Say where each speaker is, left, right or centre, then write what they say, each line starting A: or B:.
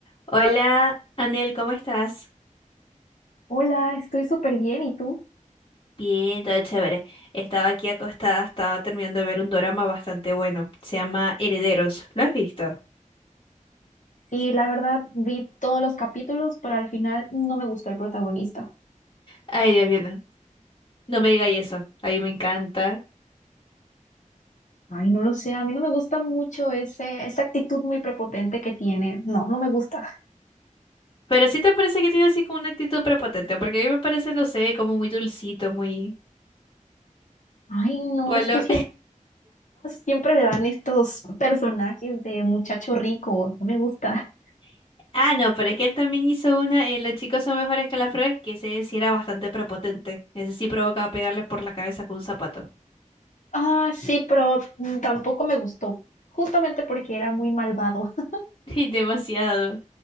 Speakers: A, on the left; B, on the left.
A: Hola, Anel, ¿cómo estás?
B: Hola, estoy súper bien, ¿y tú?
A: Bien, todo chévere. Estaba aquí acostada, estaba terminando de ver un dorama bastante bueno. Se llama Herederos. ¿Lo has visto?
B: Sí, la verdad vi todos los capítulos, pero al final no me gustó el protagonista.
A: Ay, Dios mío, no, no me digas eso. A mí me encanta.
B: Ay, no lo sé, a mí no me gusta mucho ese, esa actitud muy prepotente que tiene. No, no me gusta.
A: Pero sí te parece que tiene así como una actitud prepotente, porque a mí me parece, no sé, como muy dulcito, muy...
B: Ay, no,
A: Bueno,
B: es que siempre, siempre le dan estos personajes de muchacho rico, no me gusta.
A: <laughs> ah, no, pero es que él también hizo una en Los chicos son mejores que las flores, que ese sí era bastante prepotente. Ese sí provocaba pegarle por la cabeza con un zapato.
B: Ah, sí, pero mm, tampoco me gustó, justamente porque era muy malvado. <laughs>
A: <laughs> Y demasiado.